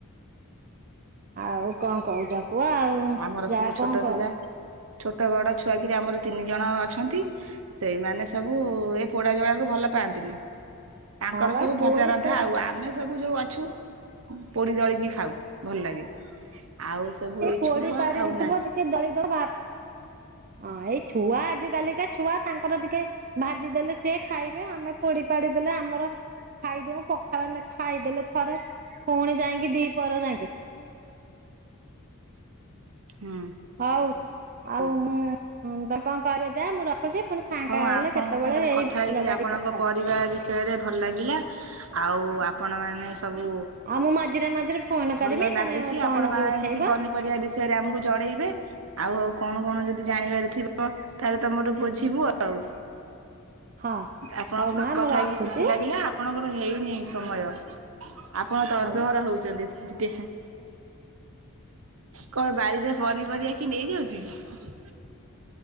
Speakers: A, on the right (about 40°); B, on the right (about 65°).
A: ଆଉ କଣ କହୁଛ କୁହ ଆଉ।
B: ଆମର ସବୁ
A: ଯାହା
B: ଛୋଟ
A: କଣ କ
B: ପିଲା। ଛୋଟ ବଡ ଛୁଆ କିରି ଆମର ତିନି ଜଣ ଅଛନ୍ତି। ସେଇମାନେ ସବୁ ଏ ପୋଡା ଜଳାକୁ ଭଲ ପାଆନ୍ତିନି। ତାଙ୍କର
A: ହଁ ବା
B: ସବୁ
A: ପୋଡି
B: ଭଜା ରନ୍ଧା
A: ପାରି
B: ଆଉ। ଆମେ ସବୁ ଯୋଉ ଅଛୁ ପୋଡି ଦଳିକି ଖାଉ ଭଲ ଲାଗେ। ଆଉ ସବୁ
A: ପୋଡିପାଡି
B: ଛୁଆ ଖାଉନାହାନ୍ତି।
A: ହେଇଥିବ ଟିକେ ଦଳିଦବ ହଁ, ଏଇ ଛୁଆ ଆଜି କାଲିକା ଛୁଆ ତାଙ୍କର ଟିକେ ଭାଜି ଦେଲେ ସିଏ ଖାଇବେ। ଆମେ ପୋଡିପାଡି ଦେଲେ ଆମର ଖାଇଦଉଁ। ପଖାଳ ଆମେ ଖାଇଦେଲେ ଥରେ ଫୁଣି ଯାଇଁକି ଦିପହର ଯାଙ୍କେ।
B: ହୁଁ।
A: ହଉ ଆଉ ମୁଁ ତମେ କଣ କର ଯା, ମୁଁ ର ରଖୁଛି ଫୁଣି ଫାଙ୍କା
B: ହଉ
A: ହେଲେ
B: ଆପଣଙ୍କ
A: କେତେବେଳେ
B: ସାଙ୍ଗରେ
A: ଏଇ
B: କଥା
A: ବିଲବାଡ଼ି
B: ହେଇକି ଆପଣଙ୍କ
A: କଥା
B: ପରିବାର
A: ହବା।
B: ବିଷୟରେ ଭଲ ଲାଗିଲା ଆଉ ଆପଣମାନେ ସବୁ
A: ଆଉ ମୁଁ ମଝିରେ ମଝିରେ ଫୋନ
B: ଭଲ
A: କରିମି
B: ଲାଗୁଛି
A: ତମେ ମୋ ଫୋନ
B: ଆପଣ ମାନେ
A: କୁ ଉଠେଇବ
B: ଏମତି ପନିପରିବା ବିଷ ଆମକୁ ଜଣେଇବେ ଆଉ ଆଉ କଣ କଣ ଯଦି ଜାଣିବାର ଥିବ ତାହେଲେ ତମଠୁ ବୁଝି ଯିବୁ ଆଉ।
A: ହଁ।
B: ଆପଣଙ୍କ
A: ହଉ
B: ସହିତ
A: ମା
B: କଥା
A: ମୁଁ ରଖୁଛି
B: ହେଇକି ଖୁସି ଲାଗିଲା। ଆପଣଙ୍କର ହେଇନି ସମୟ, ଆପଣ ତରତର
A: ଆଉ
B: ହଉଛନ୍ତି ଟିକେ। କଣ ବାଡିରେ ପନିପରିବା କିଏ ନେଇଯାଉଛି କି?